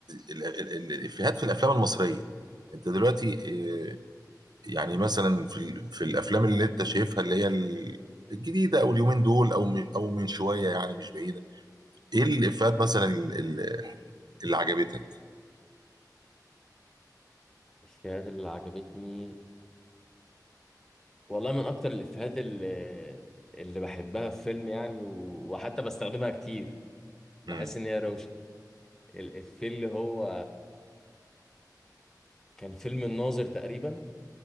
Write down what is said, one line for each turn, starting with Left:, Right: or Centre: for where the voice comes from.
Right: ال ال الافيهات في الافلام المصريه انت دلوقتي آه، يعني مثلا في ال- في الافلام اللي انت شايفها اللي هي ال- الجديده او اليومين دول او من او من شويه يعني مش بعيده ايه الافيهات مثلا ال- ال- اللي عجبتك
Centre: الإفيهات اللي عجبتني والله من أكتر الإفيهات اللي اللي بحبها في فيلم يعني و... وحتى بستخدمها كتير بحس
Right: مم،
Centre: إن هي روشة الإفيه اللي هو كان فيلم الناظر تقريبا